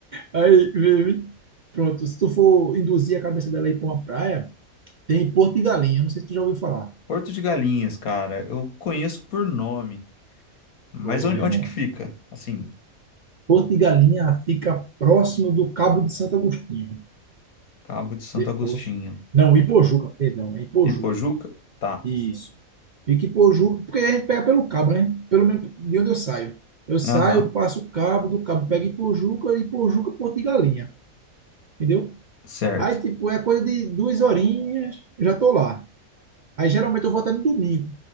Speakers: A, on the right; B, on the left.
A: Aí, baby. Pronto, se tu for induzir a cabeça dela aí pra uma praia, tem Porto de Galinha. Não sei se tu já ouviu falar.
B: Porto de Galinhas, cara, eu conheço por nome. Mas
A: Ô,
B: onde,
A: meu
B: onde
A: irmão.
B: que fica? Assim,
A: Porto de Galinha fica próximo do Cabo de Santo Agostinho.
B: Cabo de Santo
A: Depois.
B: Agostinho.
A: Não, Ipojuca, perdão, é Ipojuca.
B: Ipojuca? Tá.
A: Isso. Fica em Ipojuca, porque a gente pega pelo cabo, né? Pelo menos de onde eu saio. Eu saio,
B: Aham.
A: passo o cabo, do cabo pego Ipojuca, Ipojuca, Porto de Galinha. Entendeu?
B: Certo.
A: Aí, tipo, é coisa de duas horinhas, eu já tô lá. Aí geralmente eu vou até no domingo,